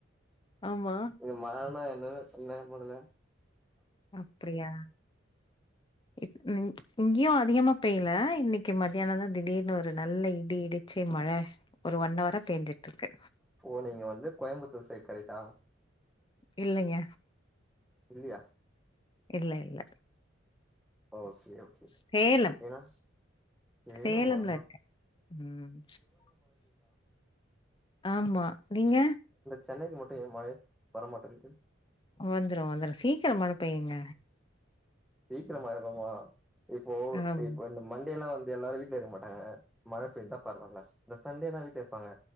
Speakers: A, on the left; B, in the centre.
A: ஆம்மா
B: இங்க மழனா என்னனு செம்மயா போதுல
A: அப்டியா இப்டிதங் இங்கேயு அதிகமா பெய்யல இன்னைக்கி மத்யானோ தா திடீர்னு ஒரு நல்ல இடி இடிச்சு மழ ஒரு ஒன்ன வரா பேஞ்சிட் இருக்கு
B: ஓ நீங்க வந்து கோயம்புத்தூர் சைட் கரெக்டா
A: இல்லைங்க
B: ரெடியா
A: இல்ல இல்ல
B: ஓகே ஓகே
A: சேலம்
B: ஏனா ஏனம்மா
A: சேலம்ல இருக்கே ம் ஆமா நீங்க
B: சென்னைல மட்டு ஏ மழையே <unintelligible> வரமாட்டிங்து
A: வந்துரு வந்துரு சீக்கரோ மழ பெயுங்க
B: சீக்கிரமா இருக்குமோ இப்போ
A: ஆம்
B: இப்போ இந்த மண்டே ல்லா வந்து எல்லாரு வீட்லே இருக்க மாட்டாங்க மழ பெஞ்சா பரவால்ல இந்த சண்டே தா வீட்ல இருப்பாங்க